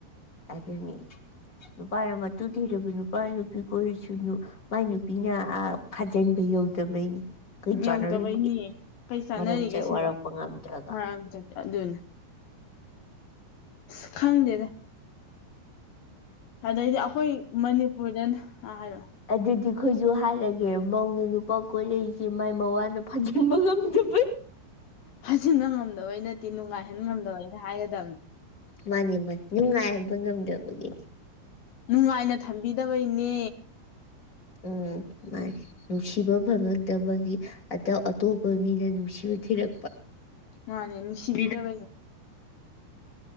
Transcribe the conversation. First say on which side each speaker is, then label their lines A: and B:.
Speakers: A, on the left (about 30°); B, on the left (about 75°).
A: ꯑꯗꯨꯅꯤ ꯅꯨꯄꯥꯅ ꯃꯇꯨ ꯊꯤꯔꯕ ꯅꯨꯄꯥꯅ ꯅꯨꯄꯤ ꯀꯣꯔꯤꯁꯨꯨꯅꯨ꯫ ꯃꯥꯏ ꯅꯨꯄꯤꯅ ꯑ ꯐꯥꯖꯟꯕ ꯌꯧꯗꯕꯩꯅꯤ꯫ ꯀꯩ ꯆꯥꯟꯅꯔꯤ
B: ꯌꯧꯗꯕꯩꯅꯦ ꯀꯩ ꯆꯥꯟꯅꯔꯤꯒꯦ
A: ꯃꯔꯛ ꯆꯠ ꯋꯥꯔꯛꯄ
B: ꯁꯤꯕꯣ
A: ꯉꯝꯗ꯭ꯔꯒ
B: ꯃꯔꯥꯡ ꯆ ꯑꯗꯨꯅꯦ ꯏꯁ ꯈꯪꯗꯦꯗ꯫ ꯑꯗꯩꯗꯤ ꯑꯩꯈꯣꯏ ꯃꯅꯤꯄꯨꯔꯗꯅ ꯍꯥꯏꯔꯛꯑꯣ
A: ꯑꯗꯨꯗꯤ ꯈꯣꯏꯖꯨ ꯍꯥꯏꯔꯒꯦ ꯃꯧꯅ ꯅꯨꯄꯥ ꯀꯣꯏꯂꯛꯁꯦ ꯃꯥꯏ ꯃꯋꯥꯅ ꯐꯥꯖꯤꯟꯕ ꯉꯝꯗꯕꯩ꯫
B: ꯍꯥꯖꯤꯟꯕ ꯉꯝꯗꯕꯩ ꯅꯠꯇꯦ ꯅꯨꯡꯉꯥꯏꯍꯟ ꯉꯝꯗꯕꯩꯅꯦ ꯍꯥꯏꯒꯗꯝ
A: ꯃꯥꯅꯤ ꯃꯥ ꯅꯨꯡꯉꯥꯏꯍꯟꯕ ꯉꯝꯗꯕꯒꯤ꯫
B: ꯅꯨꯡꯉꯥꯏꯅ ꯊꯝꯕꯤꯗꯕꯩꯅꯦ
A: ꯎꯝ ꯃꯥꯏ ꯅꯨꯡꯁꯤꯕ ꯐꯪꯉꯛꯇꯕꯒꯤ ꯑꯗ ꯑꯇꯣꯞꯄ ꯃꯤꯗ ꯅꯨꯡꯁꯤꯕ ꯊꯤꯔꯛꯄ꯫
B: ꯃꯥꯅꯦ ꯅꯨꯡꯁꯤꯕꯤꯗꯕꯩꯅꯦ꯫